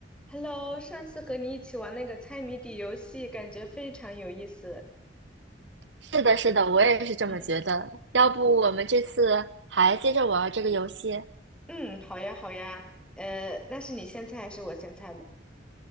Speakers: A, in the centre; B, on the right.
A: Hello，上次和你一起玩那个猜谜底游戏，感觉非常有意思。
B: 是的，是的，我也是这么觉得。
A: 嗯
B: 要不我们这次还接着玩这个游戏
A: 嗯，好呀好呀，呃，那是你先猜还是我先猜呢？